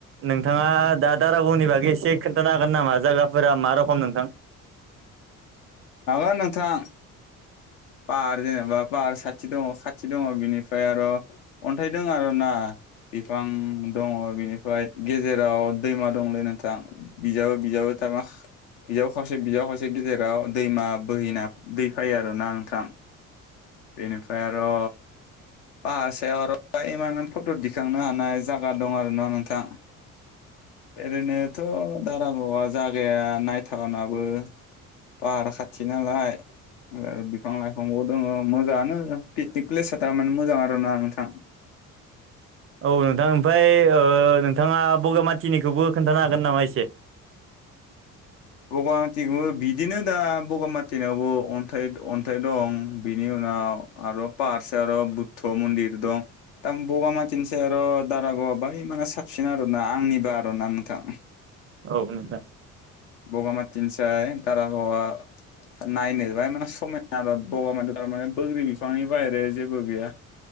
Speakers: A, on the right; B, on the left.
A: नोंथाङा दा दारागावनि बागै एसे खोन्थानो हागोन नामा जायगाफोरा मा रखम नोंथां
B: हागोन नोंथां पाहार जेनेबा पाहार साथि दङ खाथि दङ बिनिफ्राय आरो अन्थाइ दं आरोना बिफां दङ बिनिफ्राय गेजेराव दैमा दंलै नोंथां बिजाबो बिजाबो थारमा बियाव खावसे बियाव खावसे गेजेराव दैमा बोहैना दै फायो आरोना नोंथां बेनिफ्राय आरो भाहार सायाव आरो इमान फट' दिखांनो हानाय जायागा दं आरो ना नोंथां ओरैनोथ' दारागावा जागाया नायथावनाबो पाहार खाथि नालाय आरो बिफां लाइफांबो दङो मोजाङानो पिकनिक प्लेसआ थारमाने मोजां आरो ना नोंथां
A: औ नोंथां ओमफ्राय नोंथाङा बगामाथिनिखौबो खोन्थानो हागोन नामा एसे
B: बगामाथिखौबो बिदिनो दा बगामाथिनावबो अन्थाइ अन्थाइ दं बिनि उनाव आरो पाहार सायाव आरो बुद्ध मन्दिर दं दा बगामाथिनिसै आरो दारागावआ बै मा साबसिन आरो ना आंनिबा आरोना नोंथां
A: औ नोंथाङा
B: बगामाथिनिसै दारागावआ नायनो बाङाइ माने समा ना बगामाथियाव थार माने बोग्रि बिफांनि बाहेरा जेबो गैया